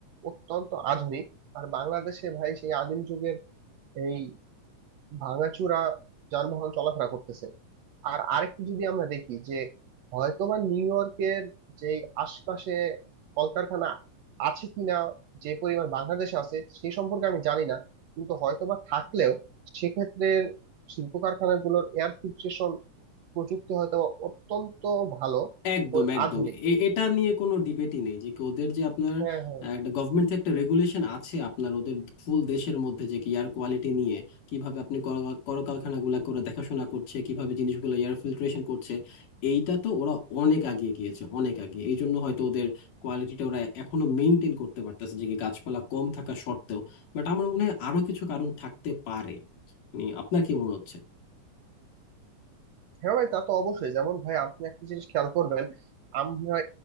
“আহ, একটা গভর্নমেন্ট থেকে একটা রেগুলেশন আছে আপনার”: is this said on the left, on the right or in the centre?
Left